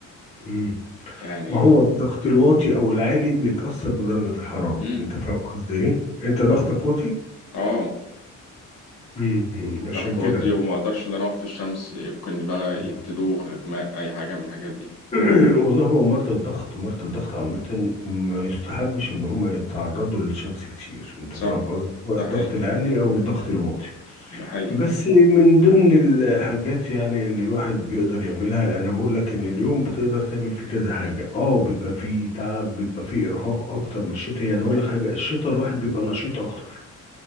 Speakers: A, on the left (about 20°); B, on the left (about 50°).
A: مم.
B: يعني
A: ما هو الضغط الواطي او العالي بيتاثر بدرجه الحراره
B: مم.
A: انت فاهم قصدي ايه انت ضغطك واطي
B: اه
A: مم. عشان
B: ضغط
A: كده
B: واطي وما أقدرش إن أنا أقف في الشمس يمكن بقى
A: مم.
B: تدوخ إغماء أي حاجة من الحاجات دي
A: <clears throat> والله هو مرضى الضغط مرضى الضغط عامة ما يستحبش ان هم يتعرضوا للشمس كتير انت
B: صح؟
A: فاهم قصدي سواء
B: ده
A: الضغط
B: حقيقي
A: العالي او الضغط الواطي
B: ده حقيقي
A: بس
B: فعلا
A: من ضمن الحاجات يعني اللي الواحد بيقدر يعملها انا بقول لك ان اليوم بتقدر تعمل فيه كذا حاجه اه بيبقى فيه تعب بيبقى فيه ارهاق اكتر من الشتاء يعني هقول لك حاجه الشتاء الواحد بيبقى نشيط اكتر